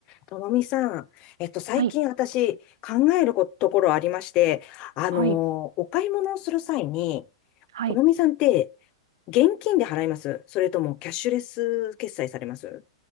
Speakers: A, on the left; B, on the right.
A: ともみさん、えっと、最近私考えることころありまして、
B: はい、
A: あのーお買い物をする際に、
B: はい、はい。
A: ともみさんって現金で払いますそれともキャッシュレス決済されます